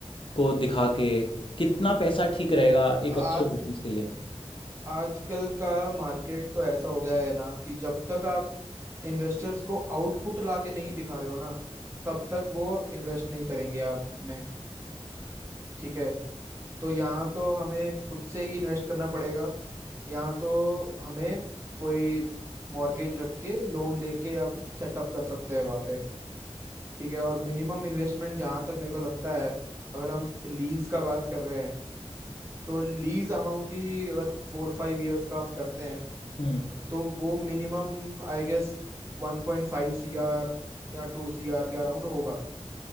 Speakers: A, on the left (about 55°); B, on the right (about 25°).
A: को दिखा के कितना पैसा ठीक रहेगा एक अच्छे
B: आज
A: बिजनेस के लिए
B: आजकल का मार्केट तो ऐसा हो गया है ना कि जब तक आप इन्वेस्टर्स को आउटपुट ला के नहीं दिखा रहे हो ना तब तक वो इन्वेस्ट नहीं करेंगे आप में ठीक है तो यहाँ तो हमें खुद से ही इन्वेस्ट करना पड़ेगा यहाँ तो हमें कोई मॉर्गेज रख के लोन लेके हम सेटअप कर सकते हैं वहाँ पे ठीक है और मिनिमम इन्वेस्टमेंट जहाँ तक मेरे को लगता है अगर हम लीज का बात कर रहे हैं तो लीज अमाउंट ही अगर फोर फाइव इयर्स का हम करते हैं
A: हम्म
B: तो वो मिनिमम आई गेस वन पॉइंट फाइव सी आर या टू सी आर के अराउंड होगा